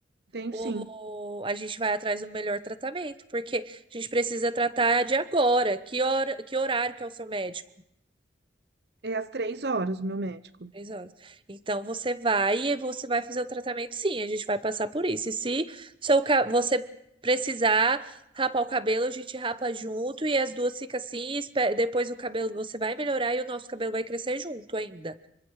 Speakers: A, on the right; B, on the right.
A: Tenho
B: o-
A: sim.
B: a gente vai atrás do melhor tratamento, porque a gente precisa tratar de agora. Que hora, que horário que é o seu médico?
A: É às três horas o meu médico.
B: Três horas. Então você vai e você vai fazer o tratamento, sim, a gente vai passar por isso. E se seu, ca- você precisar rapar o cabelo, a gente rapa junto e as duas ficam assim, e espe- depois o cabelo você vai melhorar e o nosso cabelo vai crescer junto ainda.